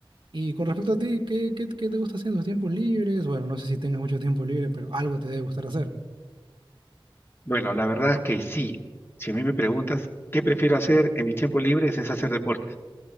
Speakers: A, on the right (about 65°); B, on the left (about 25°).
A: Y con respecto a ti, ¿qué, qué- qué te gusta hacer en tus tiempos libres? Bueno, no sé si tengas mucho tiempo libre, pero algo te debe gustar hacer.
B: Bueno, la verdad que sí. Si a mí me preguntas qué prefiero hacer en mis tiempos libres es hacer deportes.